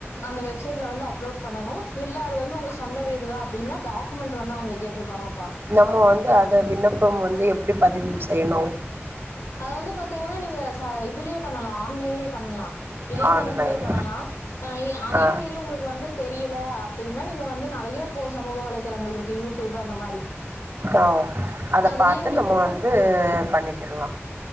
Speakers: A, on the left (about 85°); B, on the right (about 50°).
A: அந்த வெப்சைட்ல வந்து அப்லோட் பண்ணனு இல்ல அது வந்து உங்க சொந்த வீடுதா அப்டின்னா டாக்குமெண்ட் வந்து அவங்க கேட்ருப்பாங்கப்பா
B: நம்ம வந்து அத விண்ணப்பம் வந்து எப்படி பதிவு செய்யணு
A: அது வந்து பாத்திங்கனா நீங்க ச இதுலயே பண்ணலா ஆன்லைன்லயே பண்ணலா இளையதளத்திலயே
B: ஆன்லைன்
A: பண்ணலா அதையு
B: ஆ
A: மீறி உங்களுக்கு வந்து தெரி ல அப்டினா நீங்க வந்து நெறைய இப்போ சமூக வலைதளங்கள் இருக்கு யூ டூபு அந்த மாரி
B: ஓ அத
A: அதுலயே
B: பாத்து
A: நீங்க
B: நம்ம
A: போட்டு
B: வந்து பண்ணிக்கிரலா